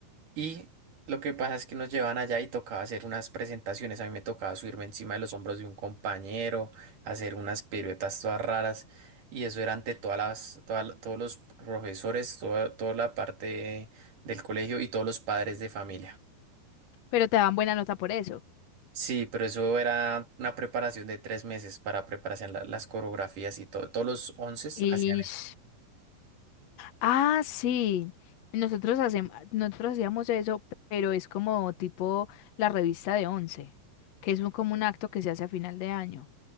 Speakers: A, on the right; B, on the left.
A: Y lo que pasa es que nos llevaban allá y tocaba hacer unas presentaciones. A mí me tocaba subirme encima de los hombros de un compañero, hacer unas piruetas todas raras. Y eso era ante todas las, toda la- todos los profesores, toda, toda la parte del colegio y todos los padres de familia.
B: pero te daban buena nota por eso.
A: Sí, pero eso era una preparación de tres meses para prepararse en la- las coreografías y todo. Todos los once
B: Y
A: hacían eso.
B: s- ah, sí. Nosotros hacemos, nosotros hacíamos eso, pero es como tipo la revista de once, que es un- como un acto que se hace a final de año.